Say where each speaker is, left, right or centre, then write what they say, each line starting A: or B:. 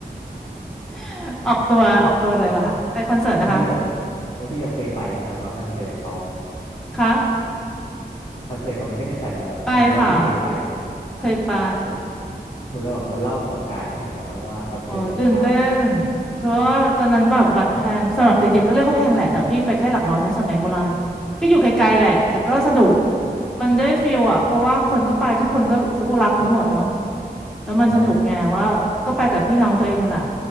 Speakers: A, in the centre; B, on the left.
A: <laughs> ออกตัวออกตัวเลยว่ะค่ะไปคอนเสิร์ตนะคะ
B: แล้วพี่แบบแล้วพี่แบบเคยไปไหมครับว่าคอนเสิร์ตเขา
A: คะ
B: คอนเสิร์ตของไมเคิลแจ็คสันเนี่ยแบบอยากรู้ว่าพี่เคยไปไหม
A: ไปค่ะเคยไป
B: โอ้โหแล้วแบบว่าเล่าประสบการณ์ที่ไหนอยนะครับว่าคอนเสิร์ตเป็นไงบ้าง
A: โอ้ตื่นเต้นเพราะว่าตอนนั้นแบบบัตรแพงสำหรับเด็กๆก็เรียกก็แพงแหละแต่พี่ไปแค่หลักร้อยเนี่ยสมัยโบราณก็อยู่ไกลๆแหละแต่ก็สนุก มันได้ฟีลอะเพราะว่าคนก็ไปทุกคนก็ก็รักเขาหมดเนาะ แล้วมันสนุกไงว่าก็ไปกับพี่น้องตัวเองนั่นแหละ
B: ใช่ครับ